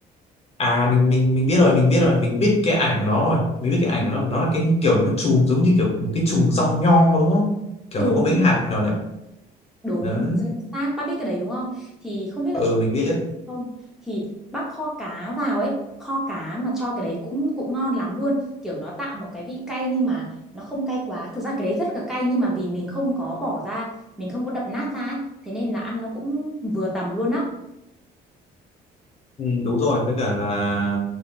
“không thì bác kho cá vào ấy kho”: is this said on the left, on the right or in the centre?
Centre